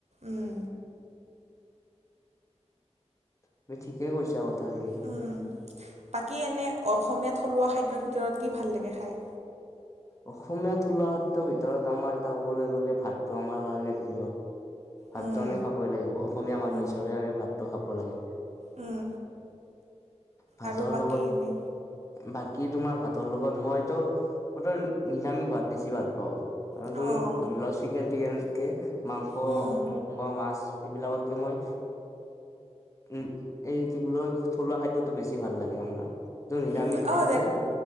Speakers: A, on the right; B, on the left.
A: উম
B: তুমি ঠিকেই কৈছা কথাখিনি।
A: উম। বাকী এনে অসমীয়া থলুৱা খাদ্যৰ ভিতৰত কি ভাল লাগে খায়?
B: অসমীয়া থলুৱা ভিতৰত আমাৰ এতিয়া ক'বলৈ গ'লে ভাতটো আমাৰ কাৰণে প্ৰিয়। ভাতটো
A: উম,
B: আমি খাবই লাগিব অসমীয়া মানুহ
A: উম,
B: হিচাপে আমি ভাতটো খাব লাগিব।
A: উম।
B: ভাতৰ
A: আৰু বাকী
B: লগত
A: এনে
B: বাকী তোমাৰ ভাতৰ লগত মইতো মইতো নিৰামিষ ভাত বেছি ভাল পাওঁ। কাৰণ
A: অ',
B: তুমি ধৰি লোৱা চিকেন তিকেনতকে মাংস
A: উম,
B: মগ মাছ এইবিলাকতকে মই উম এই কি বুলি কয়, থলুৱা খাদ্যতটো বেছি ভাল লাগে আমাৰ। যোন নিৰামিষ
A: উম
B: খাদ্য
A: অ যে
B: সেইটো